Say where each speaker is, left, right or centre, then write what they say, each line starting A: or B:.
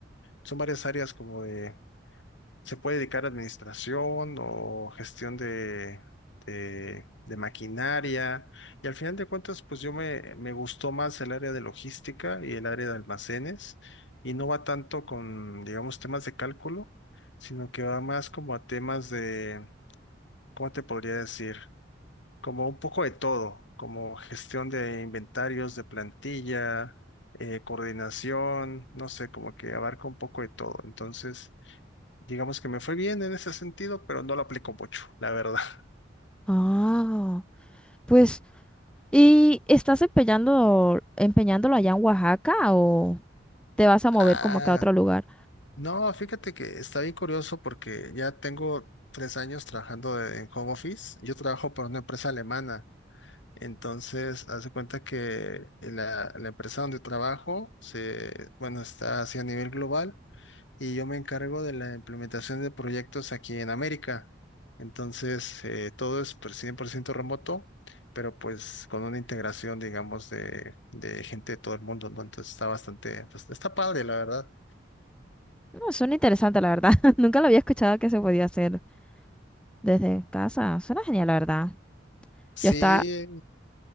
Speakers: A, on the left; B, in the centre.
A: son varias áreas como de se puede dedicar a administración o gestión de, de, de maquinaria. Y al final de cuentas, pues yo me, me gustó más el área de logística y el área de almacenes. Y no va tanto con, digamos, temas de cálculo, sino que va más como a temas de, ¿cómo te podría decir? Como un poco de todo, como gestión de inventarios, de plantilla, eh, coordinación, no sé, como que abarca un poco de todo. Entonces, Digamos que me fue bien en ese sentido, pero no lo aplico mucho, la verdad. <laughs>
B: Ah, pues, ¿y estás empeñando, empeñándolo allá en Oaxaca o te vas a mover
A: Ah,
B: como que a otro lugar?
A: no, fíjate que está bien curioso porque ya tengo tres años trabajando de- en home office. Yo trabajo para una empresa alemana. Entonces, hace cuenta que la, la empresa donde trabajo se, bueno, está así a nivel global y yo me encargo de la implementación de proyectos aquí en América. Entonces, eh, todo es pues, 100% remoto, pero pues con una integración, digamos, de, de gente de todo el mundo, ¿no? Entonces está bastante, pues, está padre, la verdad.
B: No, suena interesante, la verdad. <laughs> Nunca lo había escuchado que se podía hacer desde casa. Suena genial, la verdad.
A: Sí,
B: Yo estaba